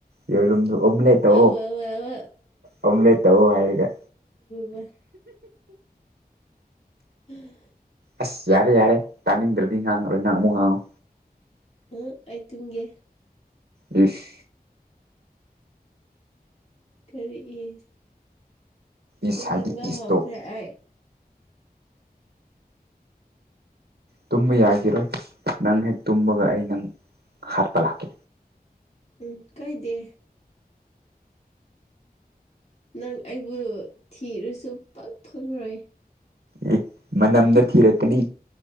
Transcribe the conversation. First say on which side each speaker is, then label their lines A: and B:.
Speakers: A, on the right (about 80°); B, on the left (about 40°).
A: ꯌꯣ ꯑꯣꯝꯂꯦꯠꯣ
B: ꯑꯧ ꯑꯧ ꯑꯧ
A: ꯑꯣꯝ꯭ꯂꯦꯠꯣ ꯍꯥꯏꯒ
B: ꯕꯥ ꯎꯝ
A: ꯑꯁ ꯌꯥꯔꯦ ꯌꯥꯔꯦ ꯇꯥꯅꯤꯡꯗ꯭ꯔꯗꯤ ꯉꯥꯡꯉꯔꯣꯏ ꯉꯥꯡꯕꯨꯛ ꯉꯥꯡꯉꯨ
B: ꯎ ꯑꯩꯇꯨꯝꯒꯦ
A: ꯌꯦꯁ
B: ꯀꯔꯤꯛꯏ
A: ꯏꯁ
B: ꯇꯨꯡꯅꯤꯡꯕ
A: ꯍꯥꯏꯗꯤ ꯏꯁꯇꯣ
B: ꯍꯧꯈ꯭ꯔꯦ ꯑꯩ
A: ꯇꯨꯝꯕ ꯌꯥꯈꯤꯔꯣꯏ ꯅꯪ ꯍꯦꯛ ꯇꯨꯝꯕꯒ ꯑꯩ ꯅꯪ ꯍꯥꯠꯄ ꯂꯥꯛꯀ
B: ꯎꯝ ꯀꯥꯏꯗꯦ ꯅꯪ ꯑꯩꯕꯨ ꯊꯤꯔꯨꯁꯨ ꯄꯛ ꯐꯪꯂꯔꯣꯏ
A: ꯑꯦ ꯃꯅꯝꯗ ꯊꯤꯔꯛꯀꯅꯤ